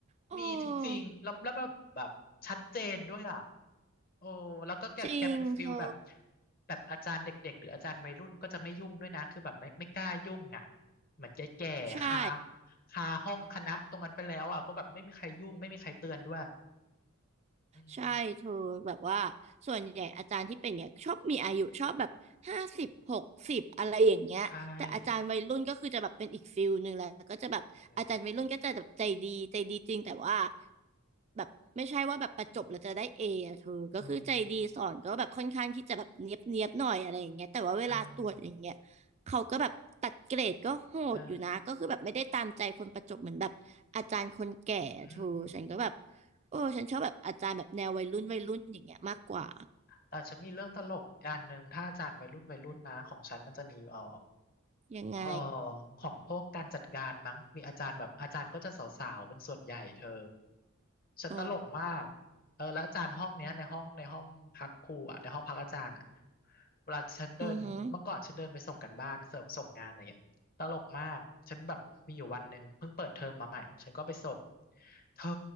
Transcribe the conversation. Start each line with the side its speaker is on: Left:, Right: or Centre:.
Right: โอ้
Left: มีจริงๆแล้วแล้วแบบแบบชัดเจนด้วยอ่ะโอ้แล้วก็แกแกเป็นฟิลแบบ
Right: จริงเธอ
Left: แบบอาจารย์เด็กๆหรืออาจารย์วัยรุ่นก็จะไม่ยุ่งด้วยนะคือแบบไม่ไม่กล้ายุ่งอ่ะเหมือนแก่ๆคา
Right: ใช่
Left: คาห้องคณะตรงนั้นไปแล้วอ่ะก็แบบไม่มีใครยุ่งไม่มีใครเตือนด้วยอืม
Right: ใช่เธอแบบว่าส่วนใหญ่อาจารย์ที่เป็นเงี้ยชอบมีอายุชอบแบบห้าสิบหกสิบอะไรอย่างเงี้ยแต่อาจารย์วัยรุ่นก็คือจะแบบเป็นอีกฟิลหนึ่งแหละก็จะแบบอาจารย์วัยรุ่นก็จะแบบใจดีใจดีจริงแต่ว่า
Left: ใช่เออ
Right: แบบไม่ใช่ว่าแบบประจบแล้วจะได้เออะเธอก็คือใจดีสอนก็แบบค่อนข้างที่จะแบบเนียบเนียบหน่อยอะไรอย่างเงี้ยแต่ว่าเวลาตรวจอย่างเงี้ย
Left: เออเออ
Right: เขาก็แบบตัดเกรดก็โหดอยู่นะก็คือแบบไม่ได้ตามใจคนประจบเหมือนแบบอาจารย์คนแก่อะเธอฉันก็แบบ
Left: เอออืม
Right: เออฉันชอบแบบอาจารย์แบบแนววัยรุ่นวัยรุ่นอย่างเงี้ยมากกว่า
Left: แต่ฉันมีเรื่องตลกอันหนึ่งถ้าอาจารย์วัยรุ่นวัยรุ่นนะของฉันมันจะมีเอ่อ
Right: ยังไง
Left: เอ่อของพวกการจัดการมั้งมีอาจารย์แบบอาจารย์ก็จะสาวๆเป็นส่วนใหญ่เธอฉันตลกมากเออแล้วอาจารย์ห้องเนี้ยในห้องในห้องพักครูอ่ะในห้องพักอาจารย์อ่ะ
Right: อ๋อ
Left: เวลาฉันเดินเมื่อก่อนฉันเดินไปส่งกันบ้านส่งส่งงานอะไรเงี้ยตลกมากฉันแบบมีอยู่วันหนึ่งเพิ่งเปิดเทอมมาใหม่ฉันก็ไปส่ง
Right: อือฮึ
Left: เธอ